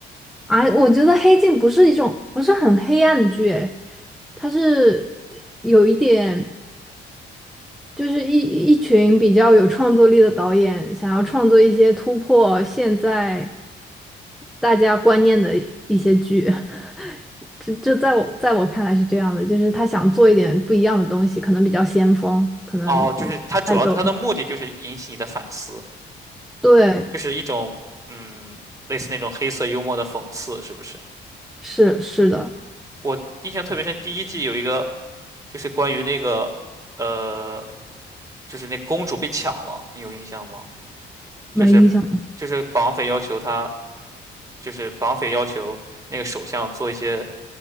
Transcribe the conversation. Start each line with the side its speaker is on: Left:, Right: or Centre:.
Centre: 啊。我觉得《黑镜》不是一种不是很黑暗的剧，诶，它是有一点就是一一群比较有创作力的导演想要创作一些突破现在大家观念的一些剧。<laughs> 这这在我在我看来是这样的，就是他想做一点不一样的东西，可能比较先锋，可能你爱豆
Right: 哦，就是它主要它的目的就是引起你的反思，
Centre: 对，
Right: 就是一种嗯，类似那种黑色幽默的讽刺，是不是？
Centre: 是是的。
Right: 我印象特别深，第一季有一个就是关于那个呃，就是那个公主被抢了，你有印象吗？
Centre: 没印象。
Right: 就是就是绑匪要求他，就是绑匪要求那个首相做一些